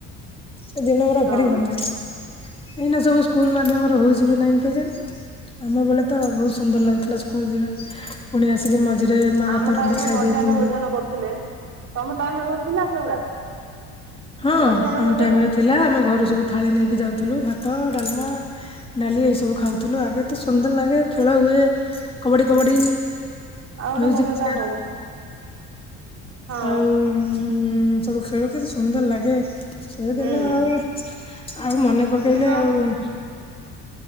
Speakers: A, on the left; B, on the right.
A: ସେ ଦିନ ଗୁଡା
B: ହଁ
A: ଭାରି ଭଲ ଲାଗେ। ଏଇନା ସବୁ ସ୍କୁଲ ମାଧ୍ୟମରେ ହଉଛି କି ନାଇଁ କେଜାଣି। ଆମ ବେଳେ ତ ବହୁତ ସୁନ୍ଦର ଲାଗୁଥିଲା ସ୍କୁଲ ଯିବା। ପୁଣି ଆସିକି ମଝିରେ ମାଆ
B: ଆମ
A: ତରନ୍ଦା
B: ଟାଇମରେ
A: ଖାଇଦେଇକି
B: ମଧ୍ୟାହ୍ନ
A: ପୁଣି
B: ଭୋଜନ କରୁଥିଲେ ତମ ଟାଇମରେ ଥିଲା ନା ସେଗୁଡା।
A: ହଁ
B: ମଧ୍ୟାହ୍ନ
A: ଆମ
B: ଭୋଜନ
A: ଟାଇମରେ ଥିଲା ଆମେ ଘରୁ ସବୁ ଥାଳି ନେଇକି ଯାଉଥିଲୁ ଭାତ ଡାଲମା ଡାଲି ଏଇ ସବୁ ଖାଉଥିଲୁ ଆଗେ ତ ସୁନ୍ଦର ଲାଗେ ଖେଳ ହୁଏ। କବାଡି କବାଡି
B: ଆଉ
A: ମ୍ୟୁଜିକ
B: ଗୋଟେ କଣ ଏଟା
A: ଚୟ
B: ହଉ ହଁ
A: ଆଉ ହଁ। ହୁଁ ସବୁ ଖେଳୁ ସୁନ୍ଦର ଲାଗେ ସେ
B: ହୁଁ
A: ଦିନ ଆଉ ଆଉ ମନେ ପକେଇଲେ
B: ଏଇଦିନ
A: ଆଉ